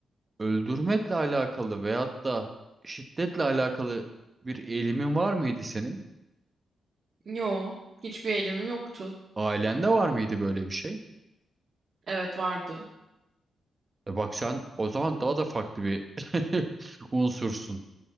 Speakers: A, on the right (about 30°); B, on the right (about 50°).
A: öldürmekle alakalı veyahut da şiddetle alakalı bir eğilimin var mıydı senin?
B: Yo hiçbir eğilimim yoktu.
A: Ailende var mıydı böyle bir şey?
B: Evet vardı.
A: E bak sen o zaman daha da farklı bir <laughs> unsursun.